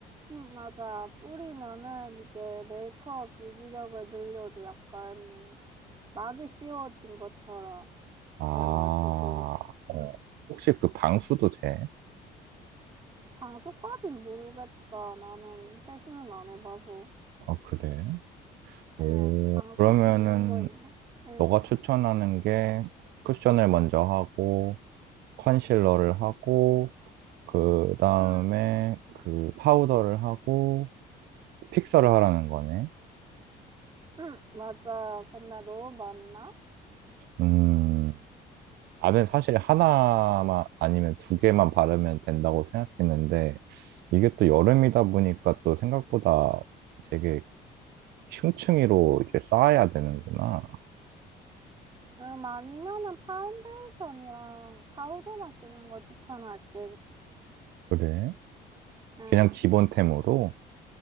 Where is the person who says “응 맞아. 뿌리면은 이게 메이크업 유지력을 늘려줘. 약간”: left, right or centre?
Right